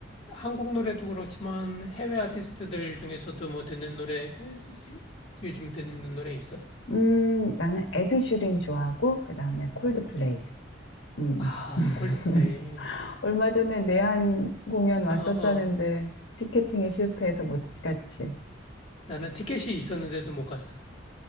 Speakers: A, on the left (about 30°); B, on the left (about 70°).
A: 한국 노래도 그렇지만 해외 아티스트들 중에서도 뭐 듣는 노래, 요즘 듣는 노래 있어?
B: 음, 나는 에드슈린 좋아하고 그다음에 콜드플레이. 음. 음.
A: 아,
B: <laughs>
A: 콜드플레이.
B: 얼마 전에 내한 공연 왔었다는데
A: 어, 어.
B: 티켓팅에 실패해서 못 갔지.
A: 나는 티켓이 있었는데도 못 갔어.